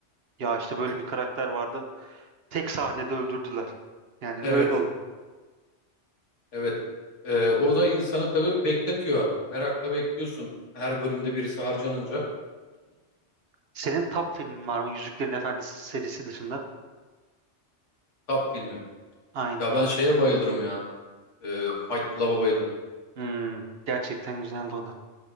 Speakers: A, on the right (about 60°); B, on the left (about 85°).
A: Ya işte böyle
B: Et-
A: bir karakter vardı. Tek sahnede öldürdüler. Yani
B: Evet,
A: öyle oldu.
B: evet. Ee, o da insanı tabii bekletiyor. Merakla bekliyorsun her bölümde birisi harcanınca.
A: Senin top filmin var mı Yüzüklerin Efendisi serisi dışında?
B: Top filmim.
A: Aynen.
B: Ya ben şeye bayılırım ya. Ee, Fight Club'a bayılırım.
A: Hmm, gerçekten güzeldi o da.